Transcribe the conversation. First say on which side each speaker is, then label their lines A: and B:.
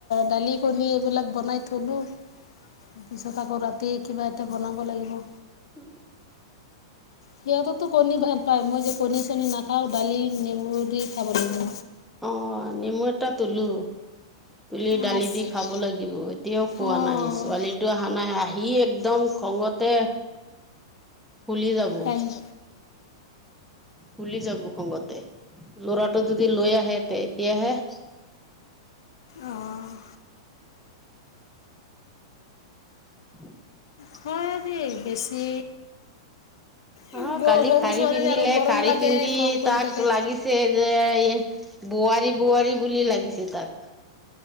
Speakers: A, on the left (about 75°); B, in the centre.
A: দালি, কণী এইবিলাক বনাই থলো। তাৰপিছত আকৌ ৰাতি কিবা এটা বনাব লাগিব।
B: <unintelligible>
A: সিহঁততো কণী ভাল পায় মই যে কণী -চণী নাখাওঁ দালি নেমু দি খাব লাগিব।
B: অহ, নিমু এটা তুলো। তুলি
A: লাগিব
B: দালি দি খাব লাগিব, এতিয়াও খোৱা
A: আ অঁ
B: নাই ছোৱালীটো আহা নাই আহি একদম খঙতে ফুলি যাব
A: তাই <unintelligible>
B: ফুলি যাব খঙতে ল'ৰাটো যদি লৈ আহে এতিয়াহে
A: আহঁ
B: <inaudible>
A: হয়দে বেছি সৰু
B: অ কালি শাৰী
A: ছোৱালী
B: পিন্ধিলে
A: আৰু গৰম
B: শাৰী
A: লাগে
B: পিন্ধি
A: খং কৰি
B: তাক
A: থাকে
B: লাগিছে যে ই বোৱাৰী বোৱাৰী বুলি লাগিছে তাক।